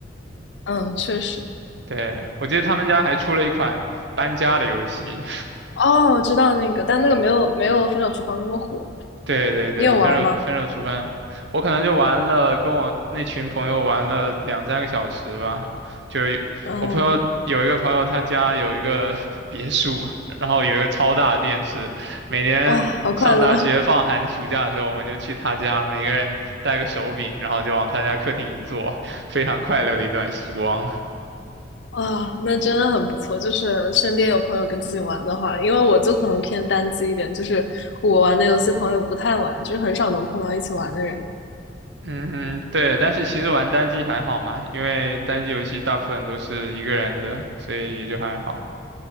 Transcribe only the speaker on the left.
嗯，确实。
哦，知道那个，但那个没有没有《分手厨房》那么火。
你有玩吗？
嗯，
哇，好快乐。
啊，那真的很不错。就是身边有朋友跟自己玩的话，因为我就可能偏单机一点，就是我玩的游戏朋友不太玩，就是很少能碰到一起玩的人。